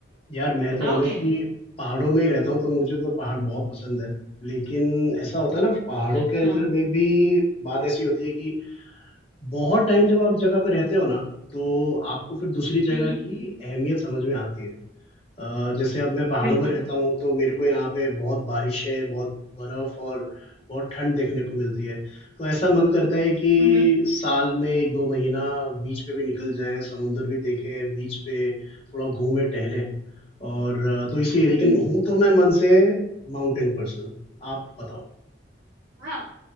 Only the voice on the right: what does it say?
बताओगे
अच्छा
अच्छा
हम्म
हम्म
बिल्कुल
हम्म
हम्म हम्म।
हाँ